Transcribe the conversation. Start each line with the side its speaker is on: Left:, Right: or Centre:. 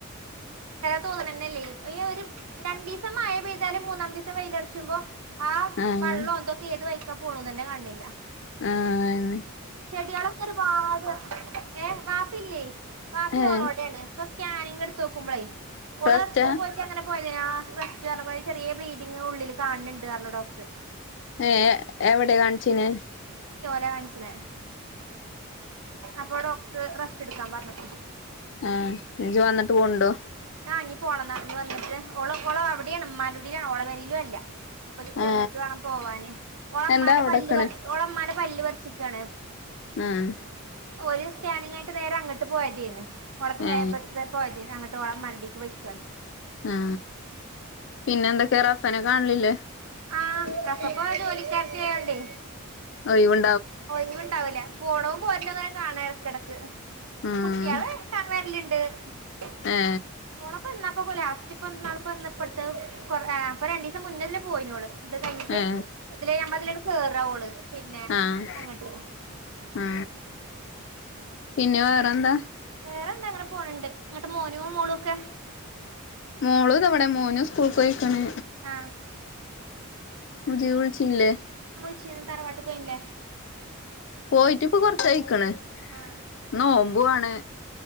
Right: തൊന്നണനാല്ലെ ഇ ഒരു രണ്ടീസം മായ പെയ് താലും മൂന്നാം ദിസം വെയിലുറച്ചുമ്പോ ആ
Left: ആഹ്
Right: വെള്ളോ അന്തൊക്കെ ഏത് വഴിക്ക പൊണുതന്നെ കണ്ടില്ല
Left: ആഹ് അയ് വേ
Right: ചെടികളൊക്കെ ഒരുപാട് ഏഹ് വാപ്പില്ലേ? വാപ്പി
Left: ഏഹ്
Right: ഓളോടെണ് പ്പസ് സ്കാനിംഗ് എടുത്തോക്കുമ്പളേ ഓള്
Left: റെസ്റ്റാ
Right: സ്കൂളിപോയിട്ടങ്ങനെ പോയ ആ റെസ്റ്റ് <unintelligible> ചെറിയ ബ്ലീഡിങ് ഉള്ളില് കാൺണ്ട്‌ പറഞ്ഞ് ഡോക്ടറ്.
Left: ഏ എവടെ കാണിചീനെ?
Right: കാണിച്ചിനെ അപ്പൊ ഡോക്ടറ് റെസ് എടുക്കാൻ പറഞ്ഞപ്പ
Left: ഏ ജ് വന്നിട്ട് പോണ്ടോ?
Right: ആ ഇങ്ങി പോണംന്നാ ന്നിവന്നിട്ട് ഓള്ഓള് അവിടെയാണ് ഉമ്മാന്റുടിലാണ് ഓളപെരേലുല്ലാ. അപ്പൊ ചെന്നിട്ട്
Left: ആ
Right: വേണം പോവാന് ഓള്മാന്റെ
Left: എന്താ അവിടെക്കണ്
Right: പല്ല്പറിച്ച് ഓളമാ ടെ പല്ല് പറച്ചിക്കാണ്.
Left: ആഹ് -
Right: ഒരു സ്കാനിങ്ങഴിഞ്ഞിട്ട് നേരെ അങ്ങോട്ട് പോയെതേണ്. <unintelligible>
Left: ഏ
Right: ട്ടോളം മരടിക്ക് പോയ്ക്കാണ്.
Left: ആ പിന്നെന്തക്കെറബ് പ്പനെ കാൺലില്ലേ?
Right: ആ പ്രസപ്പ ജോലിക്കാർത്തിയായോണ്ടേ.
Left: ആ ഇവൾ
Right: ഓ ഇനിയുണ്ടാവലേ? പോണവും പോര്ന്നവരെ കാണായെടക്കെടക്ക്.
Left: ഉം
Right: കുട്ടിയളെയെറക്കാൻ വരലിണ്ട്. <unintelligible>
Left: ഏ
Right: ഓളെപ്പെന്ന നോക്കു ലാസ്റ്റ്പ്പന്തന്നാപ്പന്നാപ്പടുത്ത് കൊറേ ആ പ്പ രണ്ടിസം മുന്നേതില് പോയിനോള്. ഇത് കഴിഞ്ഞിട്ട്
Left: ഏ
Right: ഇതിലെ നമ്മതിലെ കേറാ ഓള് പിന്നെ
Left: ആഹ്
Right: അങ്ങട്ട്
Left: ആ പിന്നെവേർ എന്താ?
Right: വേറെന്താ അങ്ങനെ പോണണ്ട് ങ്ങട്ട് മോനുവും മോളുവൊക്കെ?
Left: മോള് തവിടെ മോനു സ്കൂൾ പോയിക്കാണ്.
Right: ആ
Left: മുജിബ് വിളിച്ചില്ലേ?
Right: കൊച്ച തറവാട്ട്കൊയീണ് ലേ
Left: പോയിട്ട് ഇപ്പൊ കൊറചായക്ക് ണ്
Right: ആഹ്
Left: നോമ്പുാണ്